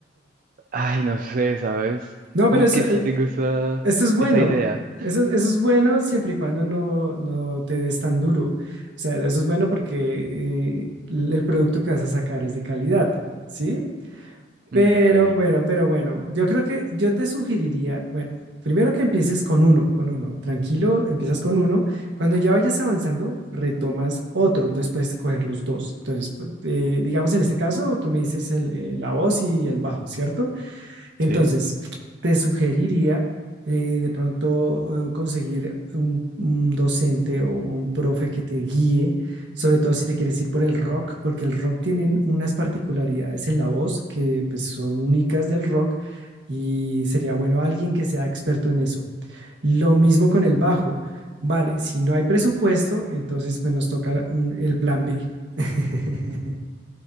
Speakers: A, on the right (about 50°); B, on the right (about 80°).
A: Ay, no sé, ¿sabes?
B: No,
A: Como
B: pero eso,
A: que
B: eh,
A: sí tengo esa,
B: eso es bueno.
A: esa idea.
B: Eso, eso es bueno siempre y cuando no, no te des tan duro. O sea, eso es bueno porque eh, el producto que vas a sacar es de calidad, ¿sí?
A: Mm,
B: Pero
A: ok,
B: bueno, pero bueno, yo creo que yo te sugeriría, bueno, primero que empieces con uno, con uno, tranquilo, empiezas con uno, cuando ya vayas avanzando, retomas otro, entonces puedes coger los dos. Entonces, pu- eh, digamos en este caso, tú me dices el, eh, la voz y el bajo, ¿cierto? Entonces,
A: sí,
B: te sugeriría eh, de pronto eh, conseguir un, un docente o un profe que te guíe, sobre todo si te quieres ir por el rock, porque el rock tienen unas particularidades en la voz que pues, son únicas del rock y sería bueno alguien que sea experto en eso. Lo mismo con el bajo. Vale, si no hay presupuesto, entonces pues, nos toca un- el plan B. <laughs>